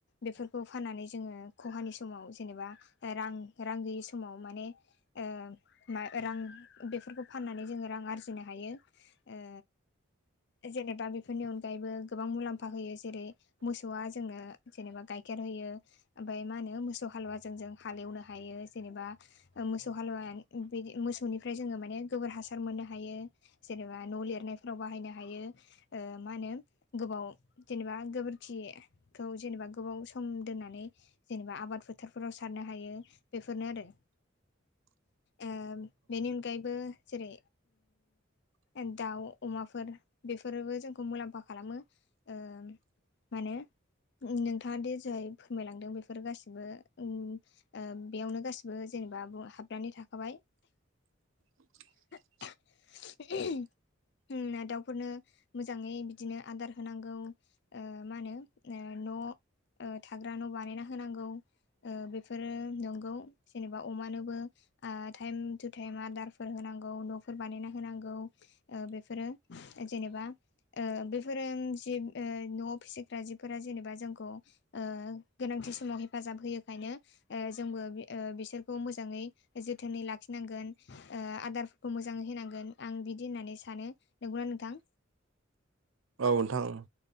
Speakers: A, on the left (about 60°); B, on the right (about 85°).
A: बेफोरखौ फाननानै जोङो खहानि समाव जेनेबा रां रां गैयि समाव माने ओ मा रां बेफोरखौ फाननानै जोङो रां आरजिनो हायो ओ जेनेबा बेफोरनि अनगायैबो गोबां मुलाम्फा होयो जेरै मोसौआ जोंनो जेनेबा गाइखेर होयो ओमफ्राय मा होनो मोसौ हालुवाजों जों हाल एवनो हायो जेनेबा मोसौ हालुवा बिदि मोसौनि ओमफ्राय जोङो माने गोबोर हासार मोननो हायो जेनेबा न' लिरनायफोराव बाहायनो हायो ओ मा होनो गोबाव जेनेबा गोबोरखि खौ जेनेबा गोबाव सम दोननानै जेनेबा आबाद फोथारफोराव सारनो हायो बेफोरनो आरो
B: <inaudible>
A: ओ बेनि अनगायैबो जेरै उम दाउ अमाफोर बेफोरबो जोंखौ मुलाम्फा खालामो ओ मा होनो नोंथाङा दे जोय फोरमायलांदों बेफोर गासिबो उम ओ बेयावनो गासैबो जेनेबा हाबनानै थाखाबाय
B: <inaudible>
A: <inaudible> उम ना दाउफोरनो मोजाङै बिदिनो आदार होनांगौ ओ‌ मा होनो न' थाग्रा न' बानायना होनांगौ ओ बेफोरो नंगौ जेनेबा अमानोबो आ टाइम टु टाइम आदारफोर होनांगौ न'फोर बानायना होनांगौ ओ बेफोरो जेनेबा ओ बेफोरो जिब ओ न'वाव फिसिग्रा जिफोरा जेनेबा जोंखौ ओ गोनांथि समाव हेफाजाब होयोखायनो ओ जोंबो ओ बिसोरखौ मोजाङै जोथोनै लाखिनांगोन ओ आदारफोरखौ मोजाङै होनांगोन आं बिदि होननानै सानो नंगौना नोंथां?
B: औ नोंथां उम